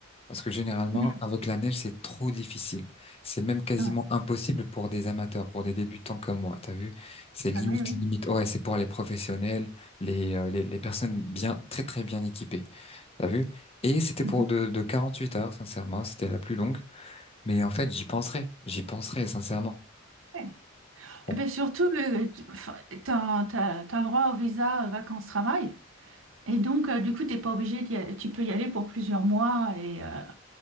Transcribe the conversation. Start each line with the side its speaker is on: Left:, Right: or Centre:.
Left: Parce que généralement,
Right: Mhm.
Left: avec la neige, c'est trop difficile. C'est même quasiment
Right: Ah ouais.
Left: impossible pour des amateurs, pour des débutants comme moi. T'as vu? C'est limite,
Right: Ah oui, oui.
Left: limite. Ouais, c'est pour les professionnels, les, euh, les, les personnes bien, très, très bien équipées. T'as vu? Et c'était pour
Right: Mhm.
Left: de, de 48 heures, sincèrement. C'était la plus longue. Mais en fait, j'y penserai. J'y penserai, sincèrement.
Right: Ouais.
Left: Bon,
Right: Eh bien, surtout, euh, tu as, le droit au visa euh, vacances-travail. Et donc, euh, du coup, t'es pas obligé d'y aller- tu peux y aller pour plusieurs mois. Et, euh,